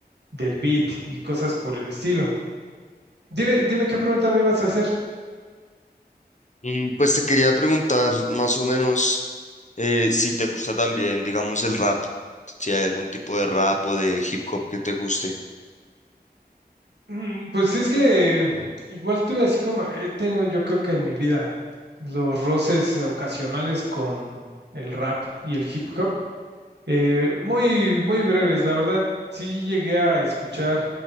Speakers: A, on the right; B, on the left.
A: del beat y cosas por el estilo. Dime, dime qué pregunta me ibas a hacer.
B: Mm, Pues te quería preguntar más o menos eh, si te gusta también, digamos, el rap, si hay algún tipo de rap o de hip hop que te guste.
A: Mm, Pues es que eh, igual tuve así como he tenido yo creo que en mi vida los roces ocasionales con el rap y el hip hop. Eh, muy, muy breves, la verdad, sí llegué a escuchar